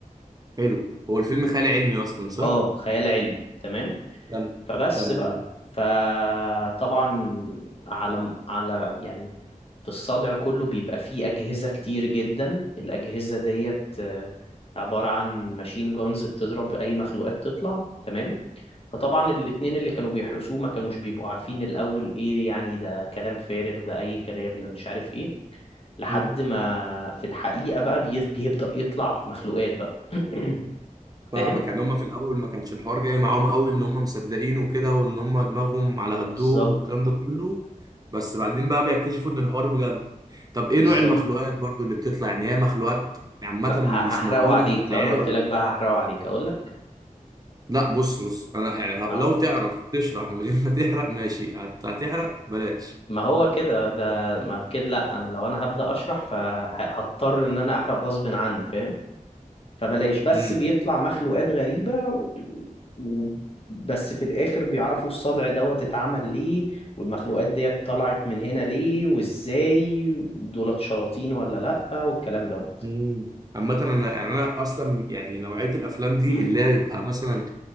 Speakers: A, on the right; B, on the left.
A: حلو هو الفيلم خيال علمي اصلا صح
B: اه خيال علمي تمام
A: كمل
B: فبس
A: كمل
B: بقى
A: ماشي.
B: فطبعا على على يعني في الصدع كله بيبقى فيه أجهزة كتير جدا الأجهزة ديت آه، عبارة عن ماشين جونز بتضرب أي مخلوقات تطلع تمام فطبعا الاتنين اللي كانوا بيحرسوه ما كانوش بيبقوا عارفين الأول إيه يعني ده كلام فارغ ده أي كلام ده مش عارف إيه لحد
A: امم
B: ما في الحقيقة بقى بي- بيبدأ يطلع مخلوقات بقى <clears throat>
A: فاهمك
B: فاهم؟
A: يعني هم في الاول ما كانش الحوار جاي معاهم قوي ان هم مصدقين وكده وان هم دماغهم على قدهم
B: بالظبط
A: والكلام ده كله بس بعدين بقى بيكتشفوا ان الحوار بجد طب ايه
B: بالظبط
A: نوع المخلوقات برضو اللي بتطلع يعني هي مخلوقات عامة
B: بقى
A: مش
B: ه- هحرقه
A: موجودة
B: عليك
A: في الحياة
B: لو انا قلت لك بقى هحرقه عليك اقول لك
A: لا بص بص انا يعني ه-
B: اه
A: لو تعرف تشرح من غير ما تحرق ماشي هت- هتحرق بلاش
B: ما هو كده ده ما كده لا انا لو انا هبدأ اشرح فهضطر ان انا احرق غصب عني فاهم فبلاش بس
A: امم
B: بيطلع مخلوقات غريبة و... بس في الاخر بيعرفوا الصدع دوت اتعمل ليه والمخلوقات ديت طلعت من هنا ليه وازاي دولت شياطين ولا لا والكلام دوت
A: مم. عامة انا يعني انا اصلا يعني نوعية الافلام دي
B: <clears throat>
A: اللي هي بيبقى مثلا